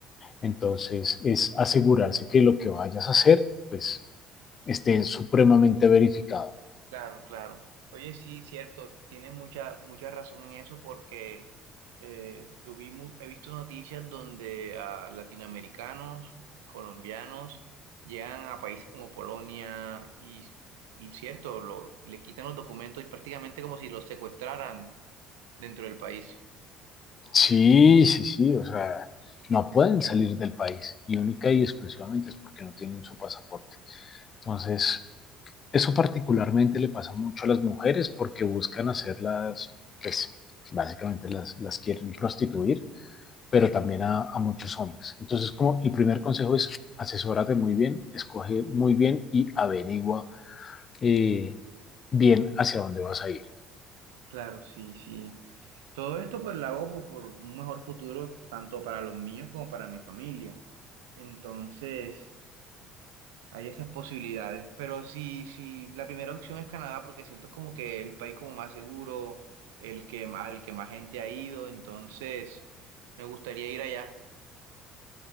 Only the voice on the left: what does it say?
Entonces, es asegurarse que lo que vayas a hacer, pues, esté supremamente verificado.
Sí, sí, sí, o sea, no pueden salir del país y única y exclusivamente es porque no tienen su pasaporte. Entonces, eso particularmente le pasa mucho a las mujeres porque buscan hacerlas, pues, básicamente las, las quieren prostituir, pero también a, a muchos hombres. Entonces, como el primer consejo es asesórate muy bien, escoge muy bien y averigua eh, bien hacia dónde vas a ir.